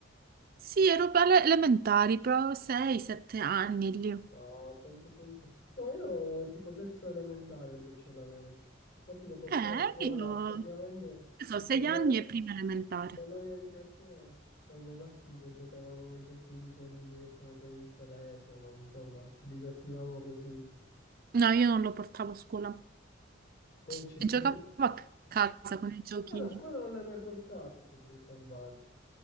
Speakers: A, on the right; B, on the left.
A: Sì, ero alle elementari, però sei, sette anni lì.
B: No, penso poi più. No, io tipo terzo elementare già ce l'avevo. Infatti lo portavo
A: Eh,
B: a scuola,
A: io,
B: ovviamente
A: che so,
B: tipo
A: sei
B: nell'ora
A: anni e prima elementare.
B: nell'ora di ricreazione tra noi maschi tipo giocavamo ai giochini, quelli che c'erano per il telefono, insomma, ci divertivamo così.
A: No, io non lo portavo a scuola.
B: Poi
A: Ci
B: ci scambiavamo...
A: ci giocavo a casa con i giochini.
B: No, la scuola non l'hai mai portato, che brutta infanzia,